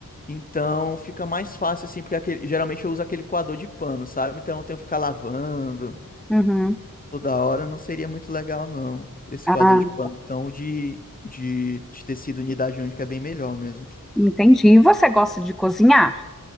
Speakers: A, on the left; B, in the centre.
A: então fica mais fácil, assim, porque aquele- geralmente eu uso aquele coador de pano, sabe? Então eu tenho que ficar lavando
B: uhum.
A: toda hora, não seria muito legal, não, esse
B: Ah,
A: coador de pano. Então, o de, de, de tecido unidade única é bem melhor mesmo.
B: entendi. E você gosta de cozinhar?